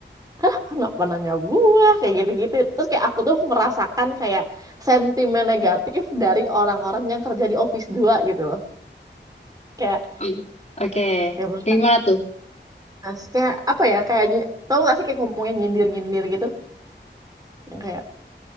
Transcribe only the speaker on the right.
ah kenapa nanya gua kayak gitu-gitu terus kayak aku tuh merasakan kayak sentimen negatif dari orang-orang yang kerja di office 2 gitu loh kayak
kayak mereka
nah, kayak apa ya kayak ny- tau gak sih kayak ngomongnya nyindir-nyindir gitu yang kayak